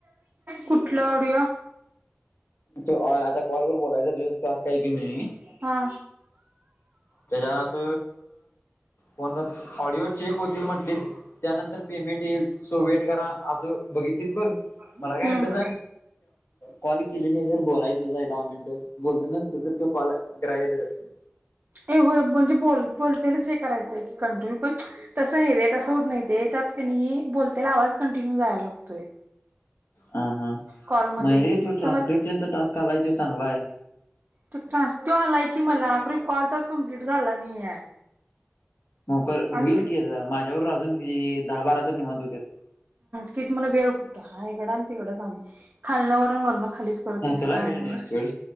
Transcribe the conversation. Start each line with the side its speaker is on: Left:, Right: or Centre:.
Right: कुठलं ऑडिओ.
Left: त आता कॉलवरर बोलायचा तो टास्क आहे कीं क नाही.
Right: हा.
Left: त्याच्यात. फन ऑडिओ चेक होतील म्हंटले त्यानंतर पेमेंट येईल सो वेट करा असं. बघितलीत बघ
Right: हम्म.
Left: मला काय अड्रस सांग कॉल केलेली जर बोलाय. दहा मिनिटं बोलत नसत तर तॉ ग्राह्य धरत नाही.
Right: ए होय म्हणजे बोल बोलतेलच हे करायच आहे की कंटिन्यू पण तसं पण तसं होत नाही रे त्यात त्यांनी. ला आवाज कंटिन्यू जायला लागतोय.
Left: हा हा
Right: कॉल मध्ये
Left: मयरे तो ट्रान्स्क्रिप्शनचा
Right: समज
Left: टास्क आलाय तो चांगला आहे
Right: चग. तानस तो आलाय की मला आखरी कॉलचाच कम्प्लीिट झाला नाही आहे.
Left: मोकर होईल
Right: आणि
Left: की माझ्यावर अजून किती दहा बारा तर निवांत होत्यात
Right: कि. वेळ कुठे हाय हिकड आणि तिकडेच आम्ही खालन वर वरणखली. खालीच करत असत
Left: तुला
Right: न
Left: वेळ नाही सोड